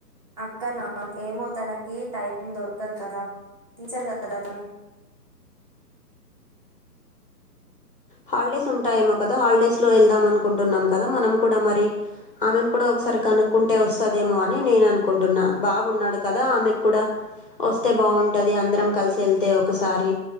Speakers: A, on the right (about 20°); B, on the left (about 30°).
A: అక్కన ఏమో తనకి టైం దొరకదు కదా టీచర్ గదా తను?
B: హాలిడేస్ ఉంటాయేమో కదా హాలిడేస్ లో ఎళ్దామనుకుంటున్నాం కదా మనం కూడా మరి. ఆమెను కూడా ఒకసారి కనుక్కుంటే వస్తదేమో అని నేను అనుకుంటున్నా, బాబున్నాడు కదా ఆమెక్కుడా వస్తే బావుంటది అందరం కలిసి యెల్తే ఒకసారి